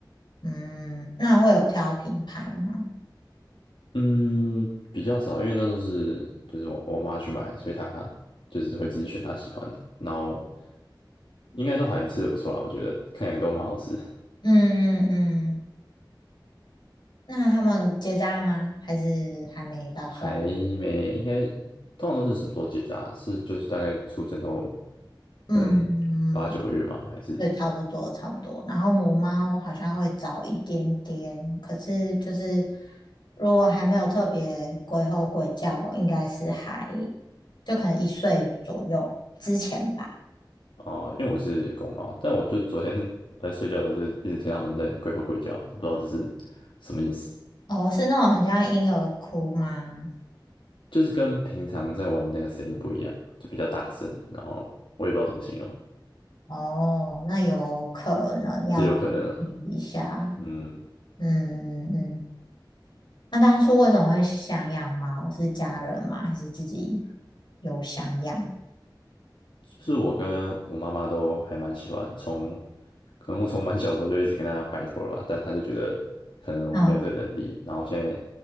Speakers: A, on the left; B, on the left.
A: 嗯，那会有挑品牌吗？
B: 嗯，比较少，因为那都是就是我我妈去买的，所以她就是会自己选她喜欢的，然后应该都还吃的不错啦，我觉得看起来都蛮好吃的
A: 嗯嗯嗯。那他们结扎了吗？还是还没打算？
B: 还没应该通常都是什么时候结扎啊？是就是大概出生后
A: 嗯，
B: 可能八九个月吗？还是
A: 对，差不多差不多。然后母猫好像会早一点点，可是就是如果还没有特别鬼吼鬼叫，应该是还就可能一岁左右之前吧。
B: 啊、因为我是公猫，但我就昨天在睡觉的时候就一直听他们在鬼吼鬼叫，不知道这是什么意思。
A: 哦，是那种很像婴儿哭吗？
B: 就是跟平常在玩的那个声音不一样，就比较大声，然后我也不知道怎么形容，
A: 哦，那有可能要注意一下。
B: 这有可能啊，嗯，
A: 嗯嗯。嗯那当初为什么会想养猫？是家人吗？还是自己有想养？
B: 是我跟我妈妈都还蛮喜欢，从可能我从蛮小的时候就一直跟她拜托了吧，但她就觉得可能我没有这个能力，
A: 嗯，
B: 然后现在